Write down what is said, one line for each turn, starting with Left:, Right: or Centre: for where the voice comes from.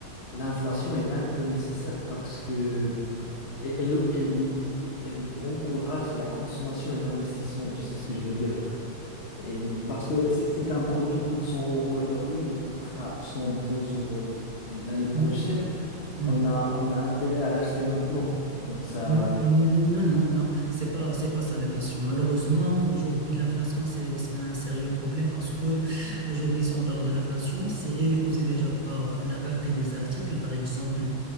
Left: l'inflation est un peu nécessaire parce que elle, elle, elle elle encourage la consommation et l'investissement, tu sais ce que je veux dire. Et parce que si, si un produit coûte 100 euros aujourd'hui, mais coûtera 102 euros l- l'année prochaine,
Right: Mm. mm.
Left: on a, on a intérêt à l'acheter maintenant. Donc ça,
Right: N- Non, non, non, c'est pas, c'est pas ça la question. Malheureusement, aujourd'hui, l'inflation, c'est, c'est un sérieux problème parce que aujourd'hui, si on parle de l'inflation, c'est elle est causée déjà par la rareté des articles. Par exemple,